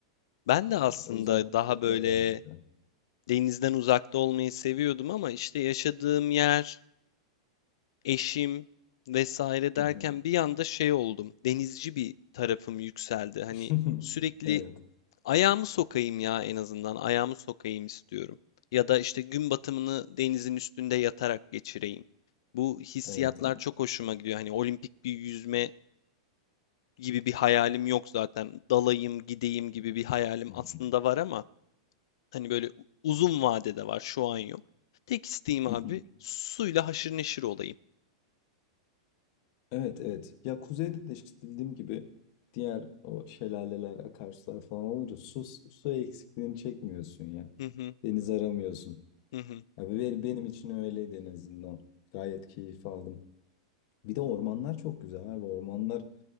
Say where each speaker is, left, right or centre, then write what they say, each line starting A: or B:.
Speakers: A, on the left (about 60°); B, on the left (about 40°).
A: Ben
B: Ee,
A: de aslında
B: o yüzden bana
A: daha
B: çok güzel
A: böyle
B: gelmişti.
A: denizden uzakta olmayı seviyordum ama işte yaşadığım yer, eşim vesaire derken
B: Hı hı.
A: bir anda şey oldum. Denizci bir tarafım yükseldi.
B: <laughs>
A: Hani sürekli
B: Evet.
A: Ayağımı sokayım ya en azından. Ayağımı sokayım istiyorum. Ya da işte gün batımını denizin üstünde yatarak geçireyim. Bu hissiyatlar
B: Evet. O-
A: çok hoşuma gidiyor. Hani olimpik bir yüzme gibi bir hayalim yok zaten. Dalayım, gideyim gibi bir hayalim
B: Hı hı.
A: aslında var ama hani böyle uzun vadede var. Şu an yok. Tek isteğim abi
B: Hı hı.
A: suyla haşır neşir olayım.
B: Evet, evet. Ya kuzeyde de işte dediğim gibi diğer o şelaleler, akarsular falan olunca su, su eksikliğini çekmiyorsun ya.
A: Hı hı
B: Deniz aramıyorsun.
A: hı hı.
B: Abi be- benim için öyleydi en azından. Gayet keyif aldım. Bir de ormanlar çok güzel abi. Ormanlar